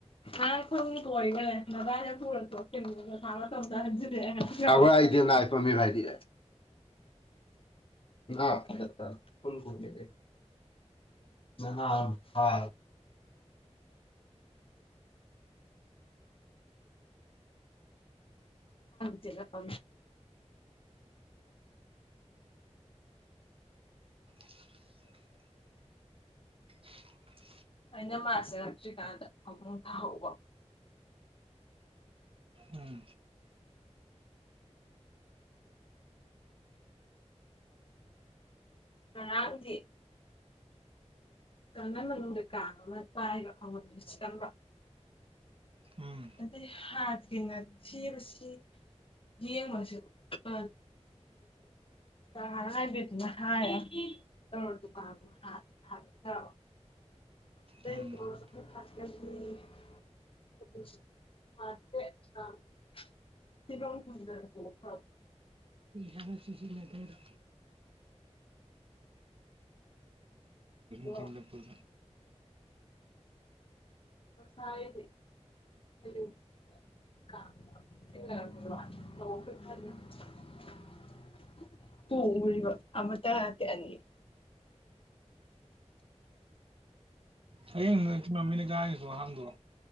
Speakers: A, on the left; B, on the right.
A: ꯑ ꯑꯩꯈꯣꯏ ꯀꯣꯏꯈꯂꯦ ꯕꯥꯅ ꯄꯨꯔꯦ ꯊ ꯇꯧꯟꯖꯤꯛꯑꯦ ꯅ ꯄꯝꯃꯤ ꯥꯏꯗꯤ ꯑ ꯐꯒ ꯑ ꯐ ꯆꯦꯂ ꯀ
B: <inaudible>
A: ꯑꯩꯅꯃ ꯆꯦꯔꯁꯤ ꯀꯗ ꯑꯃꯨꯡ ꯇꯥꯎꯕ
B: ꯎꯝ
A: ꯑꯥꯡꯗꯤ ꯀꯅ ꯃꯅꯨꯡꯗ ꯀꯥꯡ ꯑꯃ ꯄꯥꯏꯕ ꯑꯃꯗꯨꯅ ꯁꯦꯝꯕ
B: ꯎꯝ
A: ꯑꯗꯩ ꯍꯥꯠꯒꯤꯅ ꯊꯕꯁꯤ ꯌꯦ ꯉꯁꯦꯠꯇ ꯀ ꯍꯥꯏꯕꯤꯗꯨꯅ ꯍꯥꯏ ꯇꯧꯔ ꯗꯨꯀꯥꯟꯗꯣ ꯍꯥ ꯍꯥꯏꯕ ꯑ
B: ꯎꯝ
A: ꯊ ꯃꯦ ꯑ ꯁꯤꯃ ꯊ
B: ꯗꯥ ꯆꯁꯤꯂ ꯐꯔ
A: ꯑꯗꯣ
B: ꯊꯡꯂ ꯄꯨꯗ
A: ꯑꯁꯗꯤ <unintelligible> ꯇꯨꯡ ꯃꯔꯤꯕ ꯑꯃ ꯇ ꯉꯇ ꯑꯅꯤ
B: ꯍꯌꯦꯡ ꯅ ꯆꯣꯃꯤꯅ ꯀꯥꯏꯁꯨ ꯍꯥꯡꯗꯣ